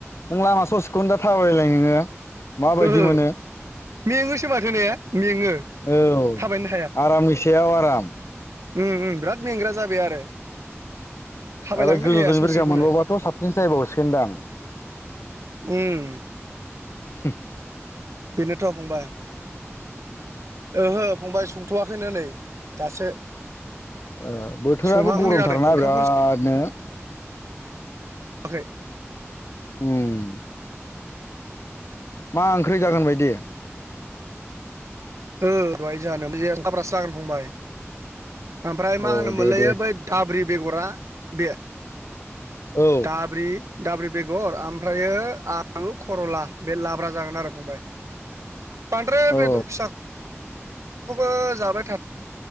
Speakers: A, on the left; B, on the right.
A: नों लामा ससेखौनो दा थाबायलाय नोङो। माबायदि
B: ओहो
A: मोनो
B: मेङोसो माथो ने मेङो
A: औ
B: थाबायनो
A: आरामनि सायाव आराम।
B: ओम ओम बेराद मेंग्रा जाबाय आरो। थाबायलांनो
A: आरो गोजौजों
B: हाया ससेखौनो
A: <unintelligible> मोनबावबाथ' साबसिनसो जायबावसिगोनदां
B: उम
A: <unintelligible>
B: बेनोथ' फंबाय, ओहो फंबाय संथ'वाखैनो नै दासो,
A: ओ बोथोराबो
B: संहांहां
A: गरमथार
B: जादों
A: ना
B: ओंखामखौनो
A: बिरादनो,
B: <unintelligible>
A: उम मा ओंख्रि जागोन बायदि
B: ओ दहाय जाहानो काब्रासो जागोन फंबाय ओमफ्राय
A: अ
B: मा होनो
A: दे
B: मोनलाय
A: दे
B: बै, दाब्रि बेगरा बे
A: औ
B: दाब्रि दाब्रि बेगर ओमफ्रायो आलु खर'ला बे लाब्रा जागोन आरो फंबाय, बांद्राय
A: औ
B: बेदर फिसाखौबो जाबाय थाद